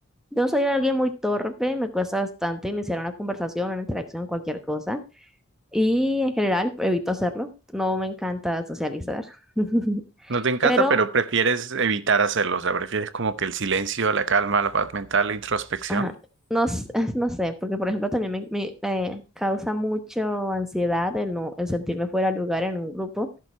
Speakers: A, in the centre; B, on the right.
A: Yo soy alguien muy torpe, me cuesta bastante iniciar una conversación, una interacción, cualquier cosa. Y en general, evito hacerlo. No me encanta socializar. <laughs>
B: No te encanta,
A: Pero
B: pero prefieres evitar hacerlo, o sea, prefieres como que el silencio, la calma, la paz mental, la introspección.
A: Ajá, no, s- <laughs> no sé, porque por ejemplo también me, me, eh, causa mucho ansiedad el, no, el sentirme fuera de lugar en un grupo,